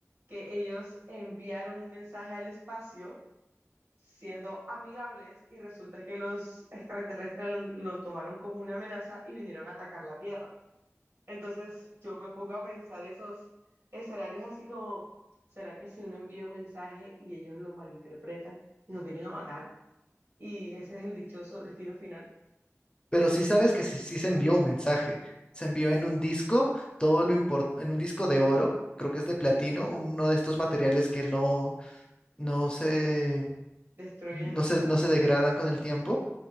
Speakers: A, on the right (about 55°); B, on the left (about 20°).
A: que ellos enviaron un mensaje al espacio siendo amigables y resulta que los extraterrestres lo, lo tomaron como una amenaza y vinieron a atacar la Tierra. Entonces yo me pongo a pensar esos escenarios así como, ¿será que si uno envía un mensaje y ellos lo malinterpretan y nos vienen a matar? Y ese es el dichoso destino final.
B: Pero sí sabes que sí, sí se envió un mensaje. Se envió en un disco, todo lo impor- en un disco de oro, creo que es de platino, uno de estos materiales que no, no se,
A: Destruyen
B: no
A: y...
B: se, no se degradan con el tiempo